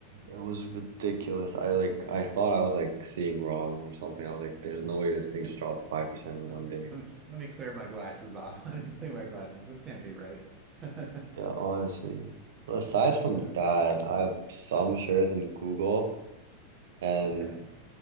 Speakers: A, on the right; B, on the right.
A: It was ridiculous. I like I thought I was like seeing wrong or something. I was like, there's
B: that.
A: no way this
B: <laughs>
A: thing just dropped five percent
B: <laughs>
A: in
B: Let
A: one day.
B: me, let me clear my glasses off. <laughs> Let me clean my glasses. This can't be right. <laughs>
A: Yeah, honestly. But aside from
B: Yeah.
A: that, I have some shares in Google and
B: Okay.